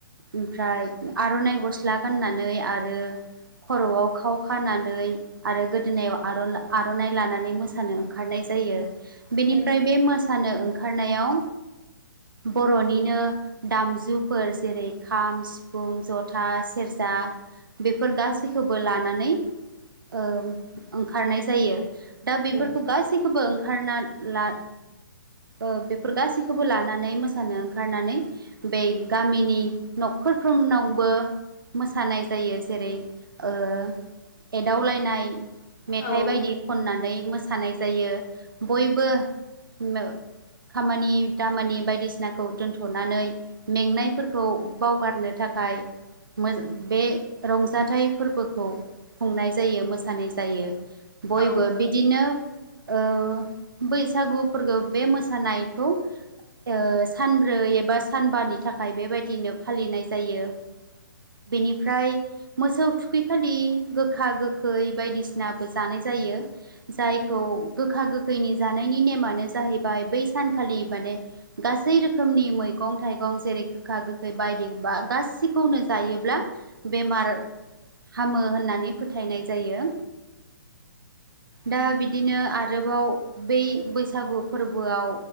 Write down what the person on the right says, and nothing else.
ओमफ्राय आर'नाइ गस्ला गाननानै आरो खर'आव खाव खानानै आरो गोदोनायाव आर' आर'नाइ लानानै मोसानो ओंखारनाय जायो। बेनिफ्राय
बे मोसानो ओंखारनायाव बर'निनो दामजुफोर जेरै खाम, सिफुं, जथा, सेरज जा बेफोर गासै खौबो लानानै ओ ओंखारनाय जायो। दा बेफोरखौ
गासैखौबो ओंखारना ला ओ बेफोर गासैखौबो लानानै मोसानो ओंखारनानै बेै गामिनि नख खोरफ्रोमनावबो मोसानाय जायो। जेरै ओ एदावलायनाय मेथाइ
बायदि खननानै मोसानाय जायो। बयबो मो खामानि दामानि बायदिसिनाखौ दोनथ'नानै मेंनायफोरखौ बावगारनो थाख बाय मोज बे रंजाथाइ फोरबोखौ खुंनाय जायो। मोसानाय जायो। बयबो
बिदिनो ओ बैसागु फोरखौ बे मोसानायखौ ओ सानब्रै एबा सानबानि थाखाय बेबादिनो फालिनाय जायो। बेनिफ्राय मोसौ थुख खै खालि गोखा गोखै बायदिसिनाबो जानाय जायो। जायखौ
गोखा गोखैनि जानायनि नेमानो जाहैबाय बै सानखालि माने गान सै रोखोमनि मैगं थाइगं जेरै गोखा गोखै बायदि बा गासैखौनो जायोब्ला। बेमार हामो होननानै फोथायनाय जायो। दा बिदिनो आरोबाव बै बैसागु फोरबोआव